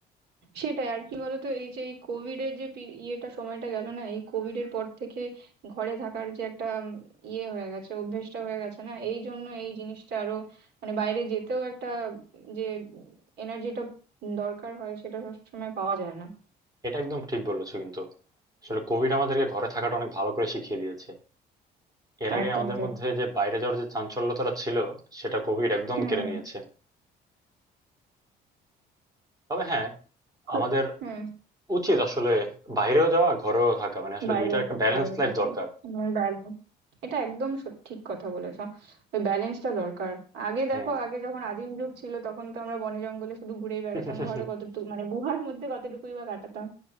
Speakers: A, on the right; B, on the right.
A: সেটাই আর কি বলতো এই যে এই কোভিড এর যে পি- ইয়েটা সময়টা গেল না এই কোভিড এর পর থেকে ঘরে থাকার যে একটা উম, ইয়ে হয়ে গেছে অভ্যেসটা হয়ে গেছে না এই জন্য এই জিনিসটা আরো মানে বাইরে যেতেও একটা উম, যে এনার্জিটা দরকার হয় সেটা সবসময় পাওয়া যায় না
B: এটা একদম ঠিক বলেছো কিন্তু আসলে কোভিড আমাদেরকে ঘরে থাকাটা অনেক ভালো করে শিখিয়ে দিয়েছে এর আগে
A: একদমই
B: আমাদের
A: তাই
B: মধ্যে যে বাইরে যাওয়ার যে চাঞ্চল্যতাটা ছিল সেটা কোভিড একদম
A: হুম
B: কেড়ে নিয়েছে তবে হ্যাঁ
A: খুব-
B: আমাদের
A: হুম
B: উচিত আসলে বাইরেও যাওয়া ঘরেও থাকা মানে আসলে
A: বাইরেও
B: দুইটার একটা ব্যালেন্স
A: ঘরেও
B: লাইফ
A: থাকা
B: দরকার
A: হুম, বাইরে এটা একদম সত- ঠিক কথা বলেছো ওই ব্যালেন্সটা দরকার আগে দেখো
B: হ্যাঁ
A: আগে যখন আদিম যুগ ছিল তখন তো আমরা বনে জঙ্গলে শুধু ঘুরেই বেড়াতাম
B: <laughs>
A: ঘরে কতটুকু মানে গুহার মধ্যে কতটুকুই বা কাটাতাম